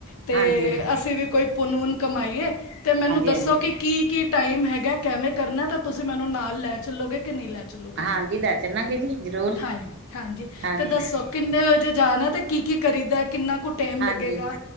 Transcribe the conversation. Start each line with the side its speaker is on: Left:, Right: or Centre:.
Left: ਤੇ
Right: ਹਾਂਜੀ ਹਾਂਜੀ
Left: ਅਸੀਂ ਵੀ ਕੋਈ ਪੁੰਨ ਪੁੁੁੰਨ ਕਮਾਈਏ ਤੇ ਮੈਨੂੰ ਦੱਸੋ
Right: ਹਾਂਜੀ
Left: ਕਿ ਕੀ ਕੀ ਟਾਈਮ ਹੈਗਾ ਕਵੇਂ ਕਰਨਾ ਤਾਂ ਤੁਸੀਂ ਮੈਨੂੰ ਨਾਲ ਲੈ ਚੱਲੋਗੇ ਕਿ ਨਹੀਂ ਲੈ ਚੱਲੋਗੇ
Right: ਹਾਂਜੀ ਲੈ ਚੱਲਾਂਗੇ ਜੀ ਜ਼ਰੂਰ
Left: ਹਾਂ ਹਾਂਜੀ
Right: ਹਾਂਜੀ
Left: ਤੇ ਦੱਸੋ ਕਿੰਨੇ ਵਜੇ ਜਾਣਾ ਤੇ ਕੀ ਕੀ ਕਰੀਦਾ ਕਿੰਨਾ ਕੁ ਟਾਈਮ
Right: ਹਾਂਜੀ
Left: ਲੱਗੇਗਾ